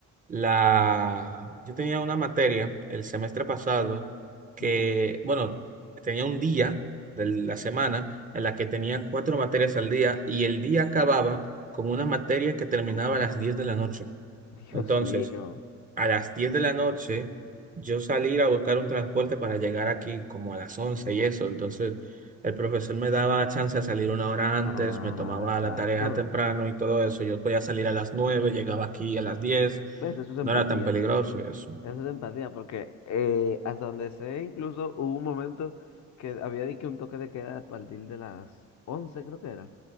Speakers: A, on the right (about 25°); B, on the left (about 65°).
A: la, yo tenía una materia el semestre pasado que,
B: Ve que-
A: bueno, tenía un día de la semana en la que tenía cuatro materias al día y el día acababa con una materia que terminaba
B: oh, wow.
A: a las 10
B: <laughs>
A: de la noche.
B: Dios
A: Entonces,
B: mío.
A: a las 10 de la noche, yo salir a buscar un transporte para llegar aquí como a las 11 y eso. Entonces, el profesor me daba chance de salir una hora antes,
B: Ah,
A: me tomaba
B: exacto.
A: la tarea temprano y todo eso. Yo podía salir a las nueve llegaba aquí a las diez
B: ¿Ves? Eso es empatía.
A: No era tan peligroso y eso.
B: Eso es empatía, porque eh, hasta donde sé, incluso hubo un momento que había dicho un toque de queda a partir de las 11 creo que era.